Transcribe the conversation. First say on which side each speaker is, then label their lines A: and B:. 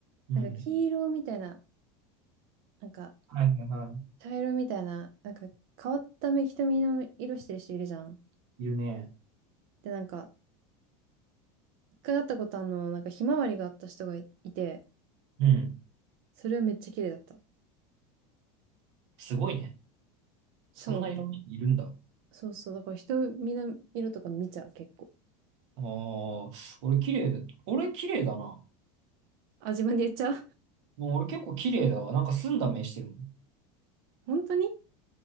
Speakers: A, on the right; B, on the right.
A: うん。
B: なんか、黄色みたいな、なんか、
A: はいはいは
B: 茶色みたいな、なんか、変わった目、瞳の色してる人いるじゃん。
A: い。いるね。
B: で、なんか、一回会ったことあるの、なんか、ひまわりがあった人がいいて、
A: うん。
B: それはめっちゃ綺麗だった。
A: すごいね。
B: そ
A: そんないろんな人いるんだ。
B: う、そうそう、だから、瞳の色とか見ちゃう、結構。
A: ああ、俺綺麗だ。俺綺麗だな。
B: あ、自分で言っちゃう
A: もう俺結構綺麗だわ。なんか澄んだ目してるもん。
B: <laughs> 本当に